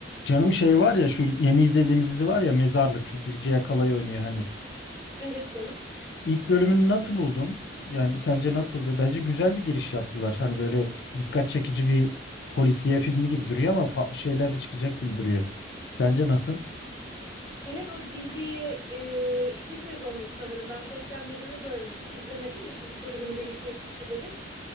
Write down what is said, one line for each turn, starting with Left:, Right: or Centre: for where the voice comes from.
Left: Canım şey var ya şu yeni izlediğimiz dizi var ya Mezarlık şu Birce Yakalay oynuyor hani.
Right: Evet canım.
Left: İlk bölümünü nasıl buldun? Yani sence nasıldı? Bence güzel bir giriş yaptılar. Hani böyle dikkat çekici bir polisiye filmi gibi duruyor ama farklı şeyler de çıkacak gibi duruyor. Sence nasıl?
Right: Evet o diziyi e, iki sezonluk sanırım. Ben sosyal medyada görmüştüm. İzlemedim de işte ilk bölümünü birlikte izledik.